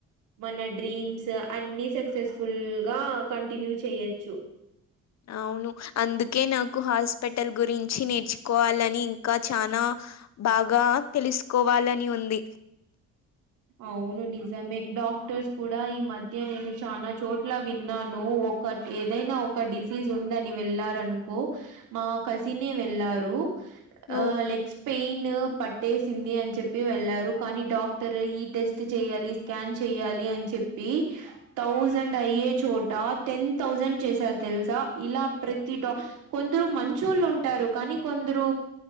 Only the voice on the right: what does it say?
మన డ్రీమ్స్ అన్ని సక్సెస్ఫుల్ గా కంటిన్యూ చెయొచ్చు
అవును నిజమే డాక్టర్స్ కూడా ఈ మధ్య నేను చానా చోట్ల విన్నాను ఒక ఏదైనా ఒక డిసీజ్ ఉందని వెళ్లారనుకో మా కసిన్ వెళ్ళారు ఆ
లెగ్స్ పెయిన్ పట్టేసింది అని చెప్పి వెళ్లారు కానీ డాక్టర్ ఈ టెస్ట్ చెయాలి స్కాన్ చెయ్యాలి అని చెప్పి థౌసండ్ అయ్యే చోట టెన్ థౌసండ్ చేసారు తెలుసా ఇలా ప్రతి డాక్ కొందరు మంచోళ్ళు ఉంటారు కానీ కొందరు